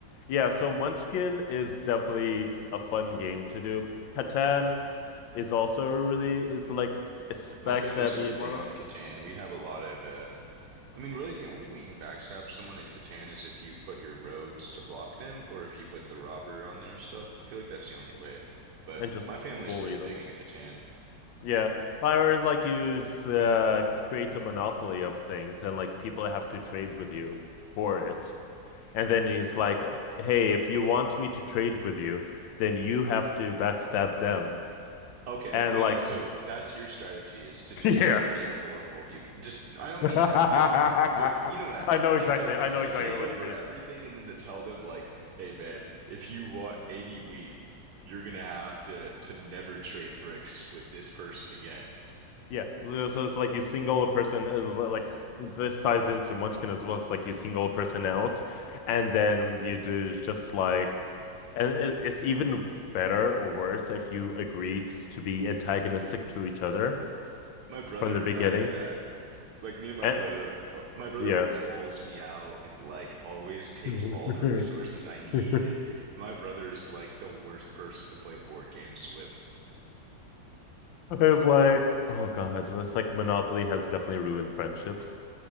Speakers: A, on the left; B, on the right.
A: yeah, so Munchkin is definitely a fun game to do. Catan is also really is like it's
B: My
A: backstabby
B: family's pretty
A: and
B: big
A: whatnot,
B: on Catan. We have a lot of, uh, I mean, really the only way you can backstab someone in Catan is if you put your roads to block them or if you put the robber on their stuff. I feel like that's the only way. But
A: and just
B: my family's
A: bully
B: pretty
A: them.
B: big into Catan.
A: Yeah. Or it's like you s- uh, create a monopoly of things and like people have to trade with you for it. And then he's like, "Uh, hey, if you want me to trade with you, then you have to backstab them.
B: Okay,
A: And
B: wait.
A: like,
B: So that's your strategy is to just
A: <laughs> yeah.
B: like be a horrible human. Just I
A: <laughs>
B: don't
A: I
B: mean that. You're not, but you know what I mean.
A: know
B: Like
A: exactly.
B: to
A: I know
B: to
A: exactly
B: take
A: what
B: over
A: you mean.
B: everything and then to tell them like, "Hey man, if you want any wheat, you're gonna have to to never trade bricks with this person again." <laughs>
A: Yeah. So so it's like you single a person is li- like s- this ties into Munchkin as well. It's like you single a person out and then you do is just like And it, it's even better or worse if you agreed to be antagonistic to each other
B: My brother
A: from the beginning.
B: and I do that. Like me and my
A: And,
B: brother, uh, my brother
A: yeah.
B: always walls me out and like always takes
A: <laughs>
B: all the resources I need.
A: I
B: And my brother is like the worst person to play board games with.
A: was like, oh God, so it's like Monopoly has definitely ruined friendships,